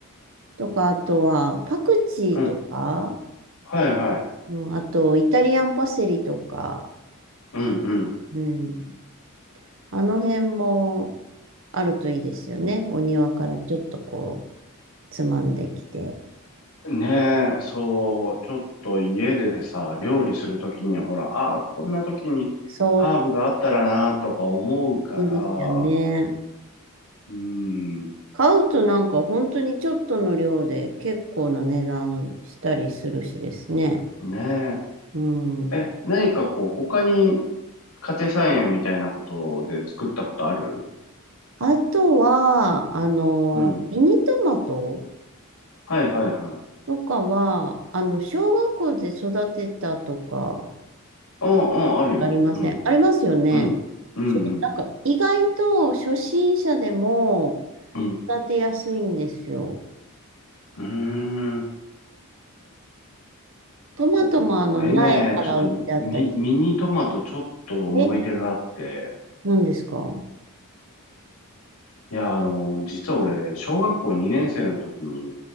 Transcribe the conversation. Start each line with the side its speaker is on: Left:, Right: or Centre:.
Right: とか、あとは、パクチーとか、
Left: うん。はいはい。
Right: うん、あと、イタリアンパセリとか、
Left: うんうん
Right: うん。あの辺もあるといいですよね。お庭からちょっとこう、つまんできて。
Left: ねえ、そう、ちょっと家でさ、料理するときに、ほら、ああ、こんなときにハーブがあったらな、
Right: そ
Left: とか思うから、
Right: う、いいですよね。
Left: うん、
Right: 買うとなんか本当にちょっとの量で結構な値段したりするしですね。
Left: ね
Right: うん。
Left: え。え、何かこう、他に家庭菜園みたいなことで作ったことある
Right: あとは、あの、
Left: うん。
Right: ミニトマト
Left: はいはいはい。
Right: とかは、あの、小学校で育てたとか、
Left: うんうん、
Right: ちょっと
Left: あるよ。
Right: ありません。
Left: うん、
Right: ありますよね。
Left: うん、うん、
Right: そうなんか、
Left: うん、
Right: 意外と初心者でも
Left: うん。
Right: 育てやすいんですよ。
Left: うーん。
Right: トマトもあの、
Left: お俺ね、
Right: 苗から売ってあったり。
Left: ちょっとミ、ミニトマトちょっと思い出があって、
Right: え、何ですかは
Left: いや、あの、実は俺、小学校2年生の時に